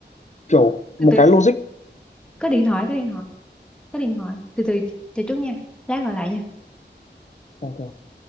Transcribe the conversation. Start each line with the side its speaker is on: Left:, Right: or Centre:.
Left: kiểu một
Centre: từ từ
Left: cái logic
Centre: có điện thoại có điện thoại có điện thoại từ từ chờ chút nha lát gọi lại nha
Left: nó